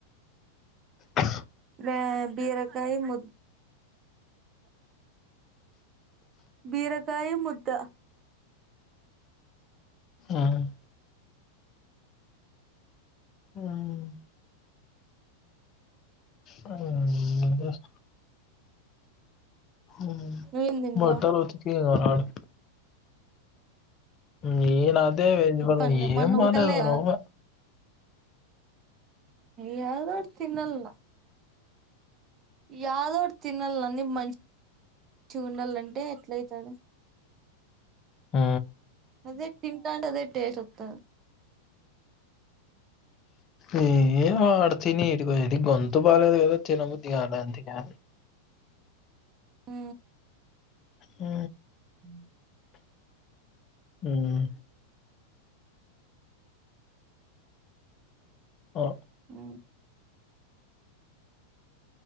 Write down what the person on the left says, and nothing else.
ఆ
హ్మ్ మ్ హలో ఇంట్రెస్ట్ మ్
బట్టలు ఉతికి ఇగ రాడా నేన్ అదే వెేజబల్
ఏం మాలద
రవ్వ
ఆ
ఏ వాడుతిని ఇదిగోది గొంతు బాలేదు కదా తినబుద్ధిగాల అంతే ఇకా
ఊ
ఉమ్ ఆ